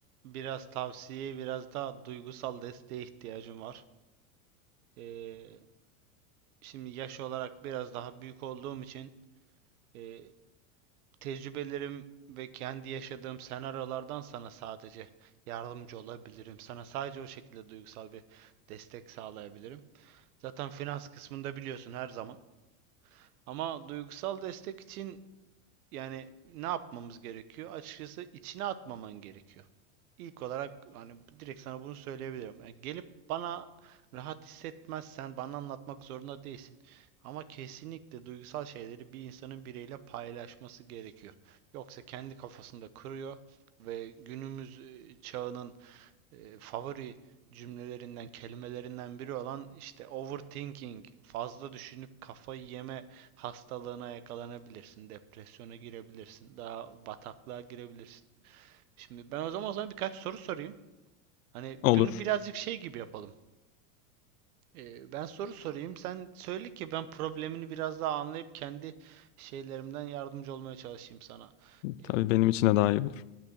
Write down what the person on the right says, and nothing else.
biraz tavsiye, biraz daha duygusal desteğe ihtiyacın var. Ee, şimdi yaş olarak biraz daha büyük olduğum için e, tecrübelerim ve kendi yaşadığım senaryolardan sana sadece yardımcı olabilirim. Sana sadece o şekilde duygusal bir destek sağlayabilirim. Zaten finans kısmında biliyorsun her zaman. Ama duygusal destek için Yani ne yapmamız gerekiyor? Açıkçası içine atmaman gerekiyor. İlk olarak hani direkt sana bunu söyleyebilirim. Yani gelip bana rahat hissetmezsen bana anlatmak zorunda değilsin. Ama kesinlikle duygusal şeyleri bir insanın biriyle paylaşması gerekiyor. Yoksa kendi kafasında kırıyor ve günümüz e, çağının e, favori cümlelerinden, kelimelerinden biri olan işte overthinking, fazla düşünüp kafayı yeme hastalığına yakalanabilirsin, depresyona girebilirsin, daha bataklığa girebilirsin. Şimdi ben o zaman sana birkaç soru sorayım. Hani bunu
birazcık şey gibi yapalım. E, ben soru sorayım, sen söyle ki ben problemini biraz daha anlayıp kendi şeylerimden yardımcı olmaya çalışayım sana. E,